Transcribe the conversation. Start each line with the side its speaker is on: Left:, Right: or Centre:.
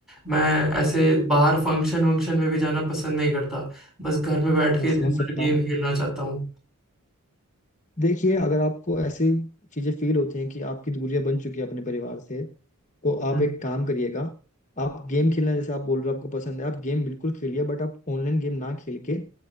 Centre: मैं ऐसे बाहर फंक्शन वंक्शन में भी जाना पसंद नहीं करता बस घर में बैठ
Left: मैं
Centre: के दिन
Left: समझ सकता
Centre: भर गेम
Left: हूँ
Centre: खेलना चाहता हूँ
Left: देखिए अगर आपको ऐसी चीजें फील होती हैं कि आपकी दूरियां बन चुकी है अपने परिवार से तो
Centre: हम्म,
Left: आप एक काम करिएगा आप गेम खेलना जैसे आप बोल रहे हो आपको पसंद है आप गेम बिल्कुल खेलिए बट आप ऑनलाइन गेम ना खेल के